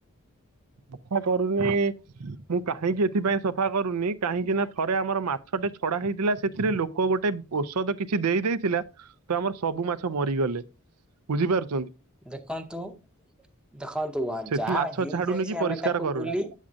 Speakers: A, on the right; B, in the centre.
A: ସଫା କରୁନି ମୁଁ କାହିଁକି ଏଥିପାଇଁ ସଫା କରୁନି କାହିଁକି ନା ଥରେ ଆମର ମାଛ ଛଡା ହେଇଥିଲା ସେଥିରେ ଲୋକ୍ କଉ ଗୋଟେ ଔଷଧ କିଛି ଦେଇ ଦେଇଥିଲା ତ ଆମର ସବୁ ମାଛ ମରିଗଲେ ବୁଝିପାରୁ
B: ଦେଖନ୍ତୁ ଦେଖନ୍ତୁ
A: ସେଠି
B: ଯାହା
A: ମାଛ
B: ହେଇଯାଇଚି
A: ଛାଡୁନି କି
B: ଆମେ
A: ପରିଷ୍କାର
B: ତାକୁ
A: କରୁନି।
B: ଭୁଲି